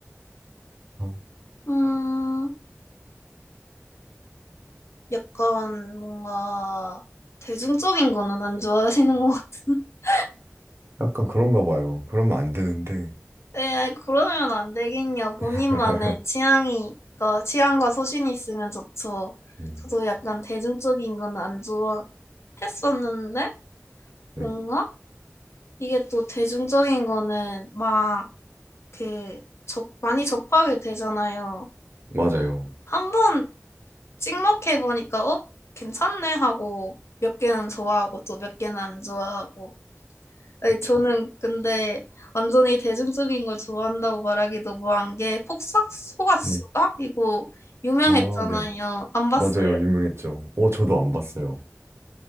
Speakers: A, on the right; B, on the left.
A: 어,
B: 음, 약간 뭔가 대중적인 거는 안 좋아하시는 것 같은. <laughs>
A: 약간 그런가 봐요 그러면 안 되는데
B: 에, 그러면 안 되겠냐. 본인만의
A: <laughs>
B: 취향이, 그 취향과 소신이 있으면 좋죠.
A: 음,
B: 저도 약간 대중적인 건 안 좋아했었는데,
A: 네
B: 뭔가 이게 또 대중적인 거는 막 그, 접, 많이 접하게 되잖아요.
A: 맞아요
B: 한 번 찍먹해 보니까, 어? 괜찮네 하고, 몇 개는 좋아하고 또 몇 개는 안 좋아하고. 아니,
A: 그쵸
B: 저는 근데 완전히 대중적인 걸 좋아한다고 말하기도 뭐한 게 폭삭 속았수다?
A: 네.
B: 이거 유명했잖아요.
A: 아, 네.
B: 안 봤어요.
A: 맞아요. 유명했죠. 어, 저도 안 봤어요.